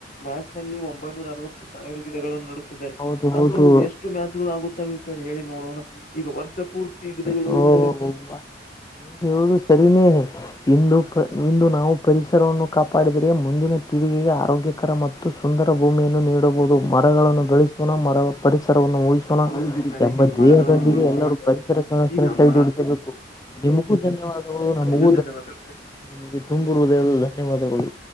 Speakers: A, on the left; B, on the left.
A: ಮ್ಯಾಚ್ ನಲ್ಲಿ ಒಂಬ ೂ ಅವ ಸಾವಿರ ಗಡೆಗಳನ್ನು ನಡುತ್ತಿದ್ದಾರೆ
B: ಹೌದು ಹೌದು.
A: ಅಂತ ಎಷ್ಟು ಮ್ಯಾಚ್ ಗಳು ಆಗುತ್ತವೆ ಸ ಹೇಳಿ ನೋಡೋಣ ಈಗ ವರ್ಷ ಪೂರ್ತಿ ಗಿಗಳು
B: ನೀವು
A: ನಡೆದ
B: ನೀವು ಹೇಳುದು ಸರಿನೇನೆ ಇಂದು ಇಂದು ನಾವು ಪರಿಚ ಹೆಸರವನ್ನು ಕಾಪಾಡಿದರೆ ಮುಂದಿನ ಪೀಳಿಗೆಗೆ ಆರೋಗ್ಯಕರ ಮತ್ತು ಸುಂದರ ಭೂಮಿಯನ್ನು ನೀಡಬಹುದು ಮರಗಳನ್ನು ಗಳಿಸೋಣ ಮರ ಪರಿಸರವನ್ನು ಹಿಸೋಣ
A: ಹೌದ್ ಬಿಡಿ ಸರ್
B: ತಮ್ಮ
A: ಈಗ ಮರಗಳನ್ನು
B: ದೇಹದೊಂದಿಗೆ
A: ಉಳಿಸೋಣ
B: ಎಲ್ಲರೂ ಪರಿಸರ ಸಮಸ್ಯನೆ
A: ಈಗ
B: ಕೈ
A: ಮರ
B: ಜೋಡಿಸಬೇಕು ನಿಮಗೂ ಧನ್ಯವಾದಗಳು ನಮಗೂ
A: ಧನ್ಯವಾದ
B: ನಿಗೆ ತುಂಬಿರುವುದೆಲ್ಲ ಧನ್ಯವಾದಗಳು